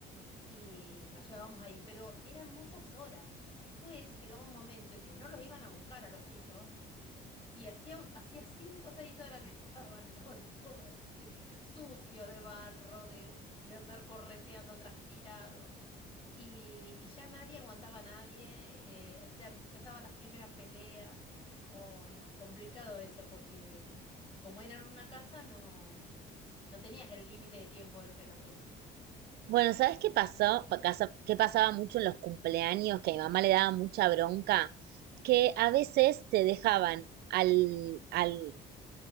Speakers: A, on the left (about 30°); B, on the right (about 70°).
A: y los llevábamos ahí, pero eran muchas horas. Después llegaba un momento en que no los iban a buscar a los chicos y hacía, hacía cinco o seis horas que <laughs> estaban, estaban todos <laughs> sucios de barro, de, de andar correteando, transpirados. Y, y ya nadie aguantaba a nadie, eh, o empezaban las primeras peleas. o no, complicado eso, porque mm, como era en una casa, no, no tenías el límite de tiempo del pelotero.
B: Bueno, ¿sabes qué pasó? Pa- casa- ¿Qué pasaba mucho en los cumpleaños? Que a mi mamá le daba mucha bronca, que a veces te dejaban al, al